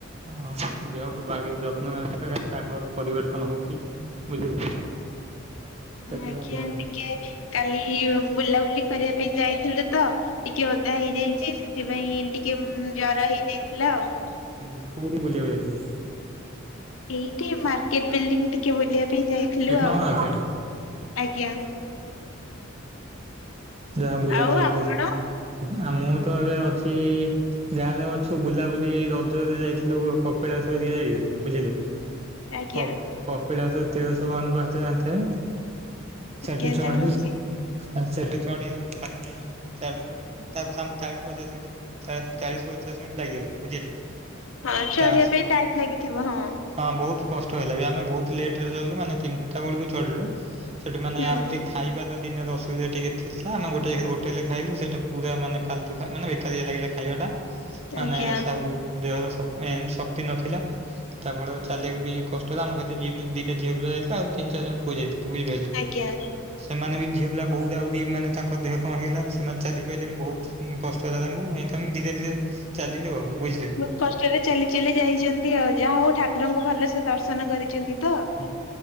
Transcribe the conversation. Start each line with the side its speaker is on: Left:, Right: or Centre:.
Right: ହଁ ଦେହକୁ ବାଗେଇକି ଯତ୍ନ ନେବା ପାଗ ପରିବର୍ତ୍ତନ ହୋଉଛି। ବୁଝିଲେ? ସେଥିପାଇଁ
Left: ଆଜ୍ଞା
Right: ଧ୍ୟାନ
Left: ଟିକେ କାଲି ବୁଲାବୁଲି କରିବା ପାଇଁ ଯାଇଥିଲୁ ତ ଟିକେ ଓଦା ହେଇଯାଇଛି ସେଥିପାଇଁ ଟିକେ ଜର ହେଇଯାଇଥିଲା ଆଉ।
Right: ହଁ କୋଉଠିକି ବୁଲିବାକୁ ଯାଇଥିଲେ?
Left: ଏଇଠି ମାର୍କେଟ ବିଲ୍ଡିଂ ଟିକେ ବୁଲିବା ପାଇଁ ଯାଇଥିଲୁ
Right: ଏକ
Left: ଆଉ
Right: ନମ୍ବର ମାର୍କେଟ
Left: ଆଜ୍ଞା।
Right: ଯାହା ବୁଲାବୁଲି
Left: ଆଉ ଆପଣ
Right: କଲ। ଆ ମୁଁ ତ ଏବେ ଅଛି ଗାଁ ରେ ଅଛୁ ବୁଲାବୁଲି ଏଇ ରଜରେ ଯାଇଥିଲୁ କପିଳାସ ହେରିକା ଯାଇଥିଲୁ ବୁଝିଲେ।
Left: ଆଜ୍ଞା
Right: କ କପିଳାସ ତେରସହ ବାଉନ ପାହାଚ ଜାଣିଥିବେ।
Left: ଆଜ୍ଞା
Right: ସେଠୁ ଚଢିଲୁ
Left: ଜାଣିଛି।
Right: ସେଠୁ ଚଢି ଖାଲି ଆମେ ଚାଲିଲୁ ତାପରେ ତାଙ୍କୁ ଚାଳିଶ ପଚାଶ ମିନିଟ ଚାଳିଶ ପଚାଶ ମିନିଟ୍ ଲାଗିଗଲା ବୁଝିଲେ।
Left: ହଁ ଚଢିବା
Right: ତା
Left: ପାଇଁ ଟାଇମ୍ ଲାଗିଥିବ ହଁ।
Right: ହଁ ବହୁତ କଷ୍ଟ ହେଲା ବି। ଆମେ ବହୁତ ଲେଟ୍ ରେ ଚଢ଼ିଲୁ ମାନେ ତିନିଟା ବେଳକୁ ଚଢିଲୁ। ସେଠୁ ମାନେ
Left: ହୁଁ
Right: ଆଉ ହେଠି ଖାଇବା ତ ଦିନେ ରେ ଅସ ସୁବିଧା ଟିକେ ଥିଲା। ଆମେ ଗୋଟେ ଜାଗା ରେ ହୋଟେଲେ ରେ ଖାଇଲୁ ସେଟା ପୁରା ମାନେ ଫାଲତୁ ଟା ମାନେ ବେକାରିଆ ଲାଗିଲା ଖାଇବା ଟା। ମାନେ
Left: ଆଜ୍ଞା
Right: ସେ ଆଉ ଦେହରେ ଶ ମେନ୍ ଶକ୍ତି ନଥିଲା। ତା ଫଳରେ ଚାଲିବାକୁ ବେଶି କଷ୍ଟ ହେଲା। ଆମ ସହିତ ଦି ଟା ଝିଅ ପିଲା ଯାଇଥିଲେ ଆଉ ତିନି ଚାରି ଜଣ ପୁଅ ଯାଇଥିଲେ ବୁଝିପାରିଲେ।
Left: ଆଜ୍ଞା।
Right: ସେମାନେ ବି ଝିଅ ପିଲା ବହୁତ ଆହୁରି ମାନେ ତାଙ୍କ ଦେହ କଣ ହେଇଗଲା ସେମାନେ ଚାଲି ପାଇଲେନି ବହୁତ୍ କଷ୍ଟ ହେଲା ତାଙ୍କୁ। ଏମିତି ଆମେ ଧୀରେ ଧୀରେ ଚାଲିଲୁ ଆଉ, ବୁଝିଲେ।
Left: ବହୁତ କଷ୍ଟରେ ଚାଲି ଚାଲି ଯାଇଛନ୍ତି ଆଉ। ଯାହା ହଉ ଠାକୁରଙ୍କୁ ଭଲ ସେ ଦର୍ଶନ କରିଛନ୍ତି ତ।
Right: ହୁଁ।